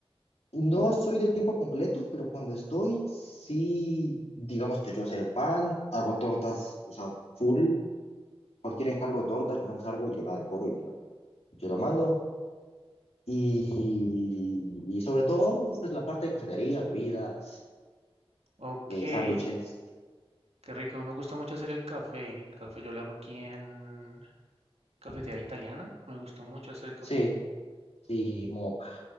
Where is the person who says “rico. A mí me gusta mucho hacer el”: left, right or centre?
Right